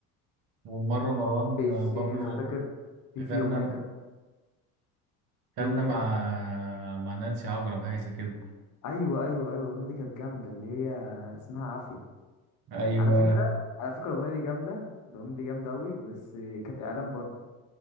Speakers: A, on the right; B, on the left.
A: ومرة مروان
B: الشيخ
A: بابلو
B: فاكر في
A: غنى
B: في اغنيه كانت
A: غنى
B: في اغنيه
A: مع
B: كانت
A: مع نانسي عجرم حاجة زي كده
B: ايوه ايوه ايوه الاغنيه دي كانت جامده اللي هي اسمها عافيه
A: أيوه
B: على فكره على فكره الاغنيه دي جامده الاغنيه دي جامده قوي بس كانت اعلان برضه